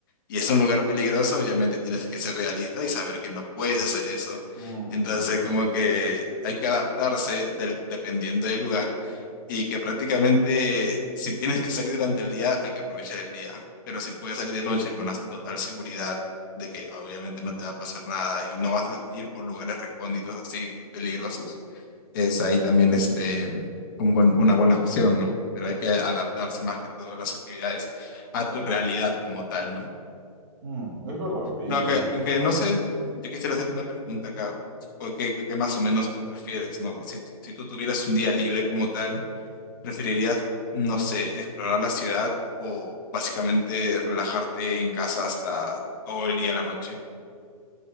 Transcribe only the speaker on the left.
y es un lugar peligroso, obviamente tienes que ser realista y saber que no puedes hacer eso.
Entonces,
como que hay que adaptarse del, dependiendo del lugar y que prácticamente si tienes que salir durante el día, hay que aprovechar el día. Pero si puedes salir de noche con la total seguridad de que obviamente no te va a pasar nada y no vas a ir por lugares recónditos así peligrosos, es ahí también este, un buen- una buena opción, ¿no? Pero hay que adaptarse más que todo las actividades a tu realidad como tal, ¿no?
No, aunque, aunque no sé, yo quisiera hacerte una pregunta acá, porque que, que más o menos tú prefieres, ¿no? Si, tú- si tú tuvieras un día libre como tal, ¿preferirías, no sé, explorar la ciudad o básicamente relajarte en casa hasta todo el día en la noche?